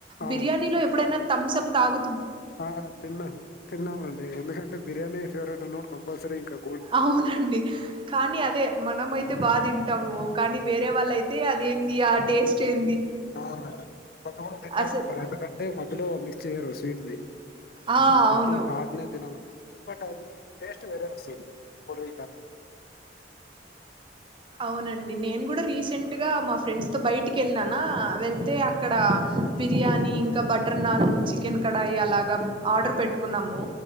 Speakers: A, on the left; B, on the right.
A: ఆ
B: బిర్యానీలో ఎప్పుడైనా తమ్స్ అప్ తగ్
A: ఆ తిన్నా తిన్నామండి ఎందుకం బిర్యాని ఫేవరెట్ కంపల్సరి ఇక
B: అవునండి కానీ అదే మనమై తే బా తింటాము కానీ వేరే వాళ్ళు అయితే అదింది ఆ టేస్ట్ ఏం
A: ఆ కొంతమంది తినకుంటారు
B: అసలు
A: ఎందుకంటే మధ్యలో చేయరు స్వీట్ది
B: ఆ అవును
A: మత్తం హాట్నే తినాల అకుంటారు బట్ అది టేస్ట్ వేరే వస్తుది కొడి త
B: అవునండి నేను కూడా రీసెంట్ గా మా ఫ్రెండ్స్ తో బయటికి వెళ్ళిననా వెళ్తే అక్కడ బిర్యాని ఇంకా బటర్ నాన్ చికెన్ కడాయి అలాగా ఆర్డర్ పెట్టుకున్నాము